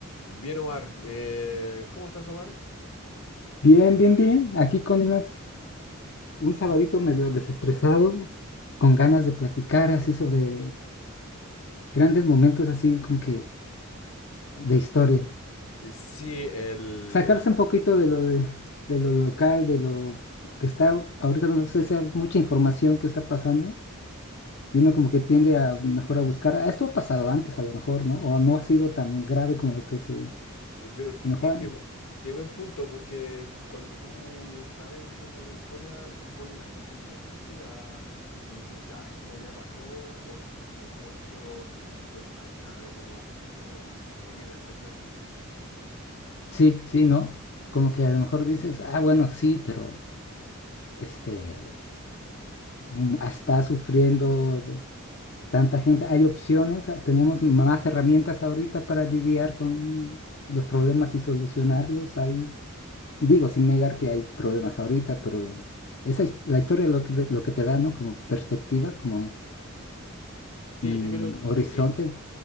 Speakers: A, on the left; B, on the left.
A: Bien, Omar. Eh, ¿cómo estás, Omar?
B: Bien, bien, bien. Aquí con unas, un sabadito medio desestresado, con ganas de platicar así sobre grandes momentos así como que de historia.
A: Eh, Sí, el...
B: Sacarse un poquito de lo de, de lo local, de lo que está ahorita no sé si es mucha información que está pasando y uno como que tiende a mejor a buscar, "Ah, esto ha pasado antes a lo mejor, ¿no? O no ha sido tan grave como lo que se, a
A: eh, Pero
B: lo mejor,
A: qué, qué
B: ah, no".
A: bu- qué buen punto, porque cuando tú sabes un poco de historia, pones las cosas en perspectiva y dicen, ya, esto ya pasó o, es- o- o esto no es tan grave como, como, como lo quieren hacer ver.
B: sí, sí, ¿no? Como que a lo mejor dices, ah, bueno, sí, pero este mm, está sufriendo tanta gente. Hay opciones, ah, tenemos más herramientas ahorita para lidiar con los problemas y solucionarlos. Hay, digo, sin negar que hay problemas ahorita, pero esa es la historia lo que, lo que te da, ¿no? Como perspectiva, como
A: Sí,
B: mm,
A: yo creo
B: horizonte.
A: que, que